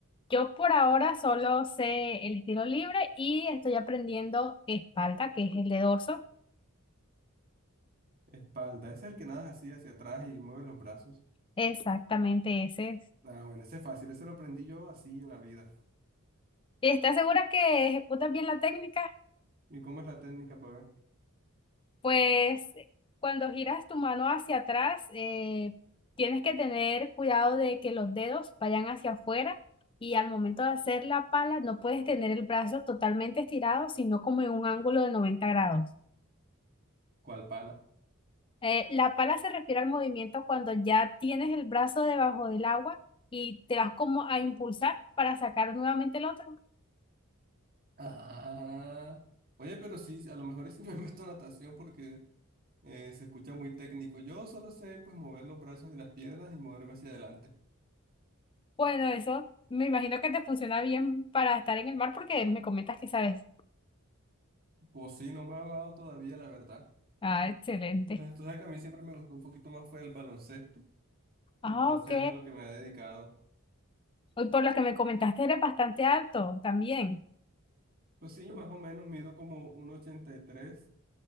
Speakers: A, on the left; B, on the right.
A: Yo por ahora solo sé el estilo libre y estoy aprendiendo espalda, que es el de dorso.
B: espalda, ese es el que nada así hacia atrás y mueve los brazos.
A: Exactamente ese es.
B: Ah, bueno, ese es fácil, ese lo aprendí yo así en la vida.
A: ¿Estás segura que ejecutas bien la técnica?
B: ¿Y cómo es la técnica para ver?
A: Pues cuando giras tu mano hacia atrás, eh, tienes que tener cuidado de que los dedos vayan hacia afuera y al momento de hacer la pala no puedes tener el brazo totalmente estirado, sino como en un ángulo de 90 grados.
B: ¿Cuál pala?
A: Eh, la pala se refiere al movimiento cuando ya tienes el brazo debajo del agua y te vas como a impulsar para sacar nuevamente el otro.
B: Ah, oye, pero sí, a lo mejor sí <laughs> me meto a natación porque... Eh, se escucha muy técnico. Yo solo sé pues mover los brazos y las piernas y moverme hacia adelante.
A: Bueno, eso me imagino que te funciona bien para estar en el mar porque me comentas que sabes.
B: Pues sí, no me ha dado todavía, la verdad.
A: Ah, excelente.
B: Entonces, tú sabes que a mí siempre me gustó un poquito más fue el baloncesto. Entonces
A: Ah, ok.
B: es a lo que me he dedicado.
A: Hoy por lo que me comentaste eres bastante alto también.
B: Pues sí, más o menos mido como 1,83.